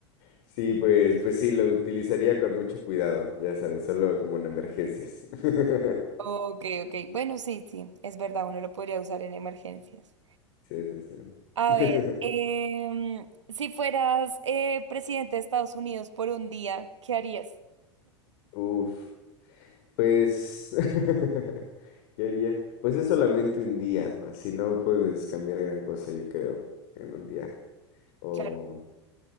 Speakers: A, on the left; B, on the right.
A: Sí, pues, pues sí, lo utilizaría con mucho cuidado, ya sabes, solo como en emergencias. <laughs>
B: Ok, ok, bueno, sí, sí, es verdad, uno lo podría usar en emergencias.
A: Sí, sí, sí.
B: A
A: <laughs>
B: ver, em, si fueras eh, presidente de Estados Unidos por un día, ¿qué harías?
A: Uf, pues, <laughs> ¿qué haría? Pues es solamente un día, así no puedes cambiar gran cosa, yo creo, en un día. O
B: Claro.